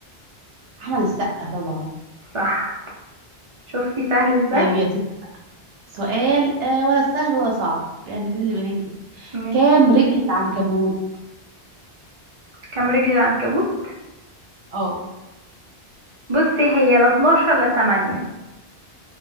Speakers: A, on the right (about 70°); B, on the right (about 45°).
A: احمد السقا طبعا
B: صح شفتي سهل ازاي
A: طيب يا ست سؤال آه ولا سهل ولا صعب يعني بين البنين كده
B: م-
A: كام رجل العنكبوت
B: كام رجل العنكبوت
A: اه
B: بصي هي لا 12 لا 8